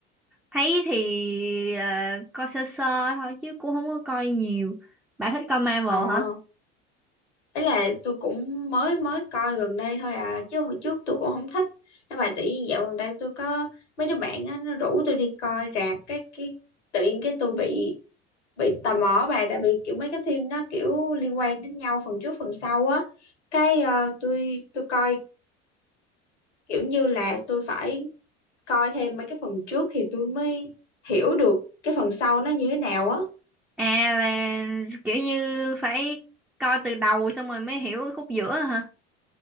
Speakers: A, in the centre; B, on the left.
A: thấy thì ờ, coi sơ sơ thôi chứ cũng không có coi nhiều bà thích coi Marvel
B: ờ
A: hả
B: ấy là tôi cũng mới mới coi gần đây thôi à chứ hồi trước tôi cũng không thích nhưng mà tự nhiên dạo gần đây tôi có mấy đứa bạn á nó rủ tôi đi coi rạp cái cái tự nhiên cái tôi bị bị tò mò bà tại vì kiểu mấy cái phim nó kiểu liên quan đến nhau phần trước phần sau á cái ờ, tôi tôi coi kiểu như là tôi phải coi thêm mấy cái phần trước thì tôi mới hiểu được cái phần sau nó như thế nào á
A: à là kiểu như phải coi từ đầu xong rồi mới hiểu khúc giữa hả